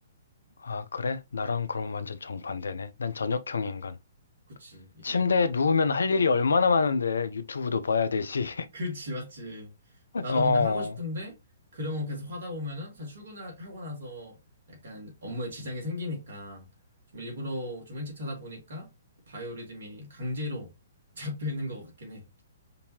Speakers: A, on the left (about 70°); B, on the right (about 60°).
A: 아, 그래? 나랑 그럼 완전 정반대네. 난 저녁형 인간.
B: 그치. 이제
A: 침대에 누우면 할 일이 얼마나 많은데 유튜브도 봐야 되지.
B: 그렇지, 맞지.
A: <laughs>
B: 나도
A: 어,
B: 근데 하고 싶은데 그런 거 계속 하다 보면은 사실 출근을 하고 나서 약간 업무에 지장이 생기니까 좀 일부러 좀 일찍 자다 보니까 바이오리듬이 강제로 <laughs> 잡히는 것 같긴 해.